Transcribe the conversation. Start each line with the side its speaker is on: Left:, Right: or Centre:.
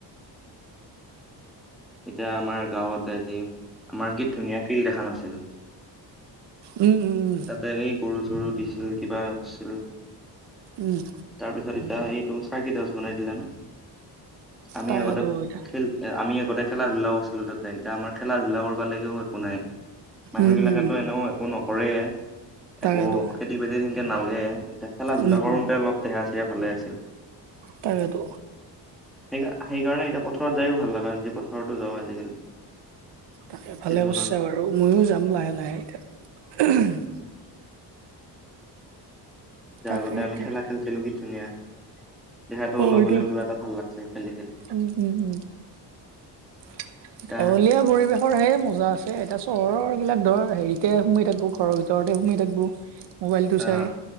Centre: এতিয়া আমাৰ গাঁৱত আজি আমাৰ কি ধুনীয়া ফিল্ড এখন আছিল।
Right: উম, উম, উম
Centre: তাতে এই গৰু, চৰু দিছিল, কিবা হৈছিল
Right: উম,
Centre: তাৰ পিছত এতিয়া এইটো চাৰকিডছ বনাই দিলান! আমি
Right: তাকেতো
Centre: আগতে
Right: এতিয়া
Centre: খেল এ আমি আগতে খেলা-ধূলাও কৰিছিলো তাতে, এতিয়া আমাৰ খেলা-ধূলা কৰিবলেকেও একো নাই। মানুহ
Right: উম
Centre: বিলাকেতো
Right: উম উম
Centre: এনেও একো নকৰেই। আকৌ
Right: তাকেতো
Centre: খেতি-বাতি সেনেকে নালগে, এতিয়া খেলা-ধূলা
Right: উম
Centre: কৰোতে অলপ দেহা-চেহা ভালে আছিল।
Right: তাকেটো।
Centre: সেই সেইকাৰণে এতিয়া পথাৰত যায়ও ভাল লগা হৈছে। পথাৰতো যাওঁ আজিকালি
Right: তাকে,
Centre: ছিজনত
Right: ভালে কৰিছা বাৰু। আৰু ময়ো যাম লাহে লাহে এতিয়া।
Centre: উম! এতিয়া
Right: তাকে
Centre: আগতে আমি
Right: এতিয়া
Centre: খেলা খেলছিলো কি ধুনীয়া। দেহাটো
Right: অ
Centre: অলপ
Right: এতিয়া
Centre: হলেও কিবা এটা ভাল লাগছিল খেলি, খেলি।
Right: উম উম উম <unintelligible>
Centre: এতিয়া
Right: পৰিৱেশৰ হে মজা আছে, এতিয়া চহৰৰ বিলাক ধৰ হেৰিতে সোমাই থাকব ঘৰৰ ভিতৰতে সোমাই থাকব। মোবাইলটো চাই,
Centre: আহ